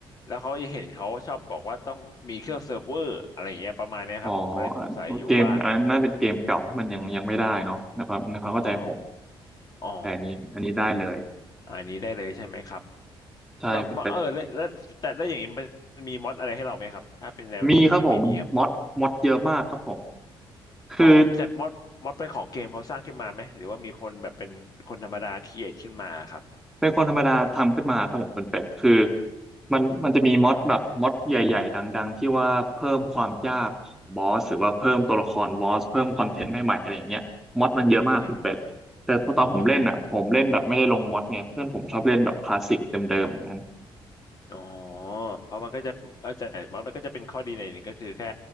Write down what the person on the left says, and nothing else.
แล้วเขาจะเห็นเขาชอบบอกว่าต้องมีเครื่องเซิร์ฟเวอร์อะไรอย่างเงี้ยประมาณเนี้ยครับผมก็เลยสงสัยอยู่ว่า
อ๋ออ๋อ
อันนี้ได้เลยใช่ไหมครับ
แบบแบบเออแล้วแล้วแต่แล้วอย่างนี้มันมีม็อดอะไรให้เราไหมครับถ้าเป็นแนวนี้หรือไม่มีครับ
อ๋อแต่ม็อดม็อดเป็นของเกมเขาสร้างขึ้นมาไหมหรือว่ามีคนแบบเป็นคนธรรมดาครีเอทขึ้นมาครับ
อืมอ๋อ อ๋อเพราะมันก็จะเออแต่มันมันก็จะเป็นข้อดีในอยหนึ่งก็คือแค่